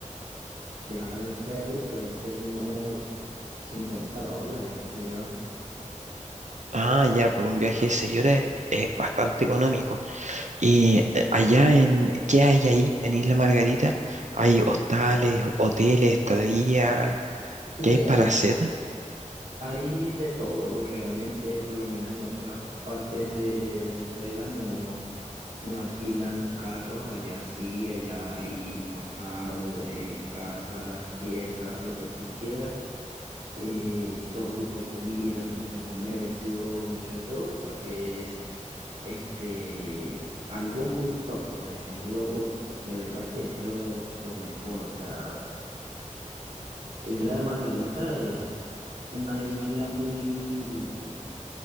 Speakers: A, on the right; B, on the right.
A: viajar en ferry puede ser unos 50 dólares, qué sé yo.
B: Ah, ya, por un viaje de 6 horas es bastante económico. Y eh, allá en, ¿qué hay ahí en Isla Margarita? ¿Hay hostales, hoteles, estadía?
A: Sí,
B: ¿Qué hay para
A: hay
B: hacer?
A: Hay de todo, realmente, por lo menos en otras partes de Venezuela no, no alquilan carros, allá sí, allá hay townhouse, eh, casas, piezas, lo que tú quieras, eh, todo tipo de comida, mucho comercio, mucho de todo, porque es este, algo muy top, pues es lo, de verdad que es lo, lo mejor, o sea, Isla de Margarita es una isla muy